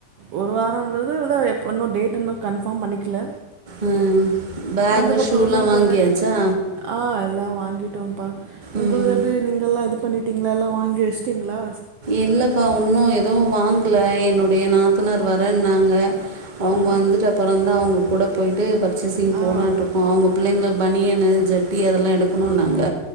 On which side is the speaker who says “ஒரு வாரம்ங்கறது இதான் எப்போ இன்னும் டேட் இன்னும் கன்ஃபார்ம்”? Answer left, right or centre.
Right